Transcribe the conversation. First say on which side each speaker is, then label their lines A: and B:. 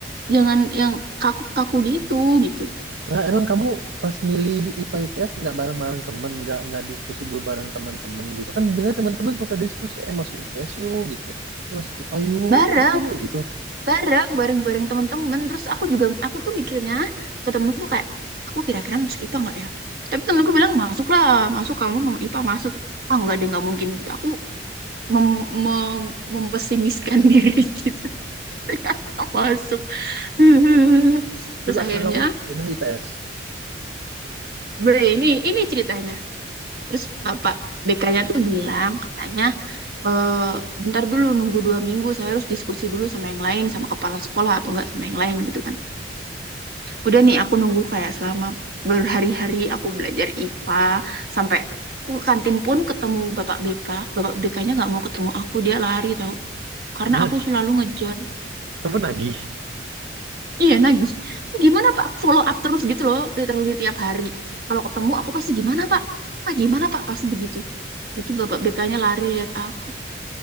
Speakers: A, on the right; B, on the right.
A: jangan yang kaku-kaku gitu gitu
B: Lah emang kamu pas milih IPA IPS nggak bareng-bareng temen, nggak nggak diskusi dulu bareng teman-teman gitu kan? Biasanya teman-teman suka diskusi, eh masuk IPS yuk gitu, eh masuk IPA yuk,
A: bareng
B: eh kamu gitu.
A: bareng bareng bareng teman-teman terus aku juga aku tuh mikirnya ke temenku kayak aku kira-kira masuk IPA nggak ya tapi temenku bilang masuklah masuk kamu mau IPA masuk ah nggak deh nggak mungkin gitu aku mem mem- mempesimiskan <laughs> diri gitu Kayak, "Nggak masuk <laughs> terus
B: Terus akhirnya
A: akhirnya
B: kamu pindah IPS.
A: ber ini ini ceritanya terus bapak BK-nya tuh bilang katanya "Eh, bentar dulu nunggu dua minggu saya harus diskusi dulu sama yang lain sama kepala sekolah atau enggak sama yang lain gitu kan Udah nih aku nunggu kayak selama berhari-hari aku belajar IPA sampai aku ke kantin pun ketemu Bapak BK. Bapak BK-nya nggak mau ketemu aku, dia lari tahu. Karena
B: <laughs>
A: aku selalu ngejar.
B: Kamu nagih.
A: Iya, nagih. Gimana Pak? Follow up terus gitu loh, literally tiap hari. Kalau ketemu aku pasti gimana Pak? Pak gimana Pak? Pasti begitu. Jadi Bapak BK-nya lari lihat aku.